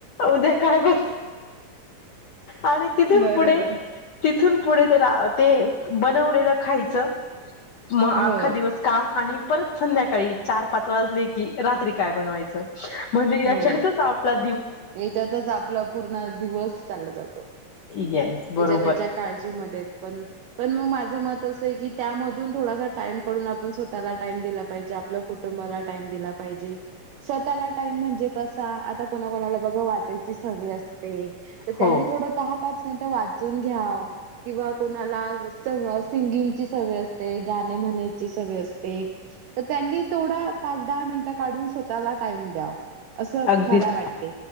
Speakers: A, on the left; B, on the right.
A: उद्या काय बर? आणि तिथून
B: बरोबर
A: पुढे, तिथून पुढे ते रा तेऽऽ बनवलेलं खायचं, म
B: हो,
A: अख्खा दिवस काम आणिऽऽ परत संध्याकाळी चार, पाच वाजले की रात्री काय बनवायच,, म्हणजे याच्यातच
B: हो.
A: आपऽऽ
B: याच्यातच आपला पूर्ण दिवस चालला जातो.
A: येस बरोबर
B: याच्या, त्याच्या काळजीमध्ये पणऽऽ पण मग माझं मत असं आहे की त्यामधून थोडासा टाइम काढून आपण स्वतःला टाईम दिला पाहिजे आपला फोटो मला टाईम दिला पाहिजे स्वतःला टाईम म्हणजे कसा आता कोणा कोणाला बघा वाचायची सवय म चांगली असते त्यांनी
A: हो
B: थोड दहा पाच मिनिट वाचून घ्यावं. किंवा कोणाला सिंगिंगची सवय असते गाणे म्हणायची सवय असते. तर त्यांनी तेवढा पाच दहा मिनटं काढून स्वतःला टाईम द्याव. असं
A: अगदीच
B: मला वाटते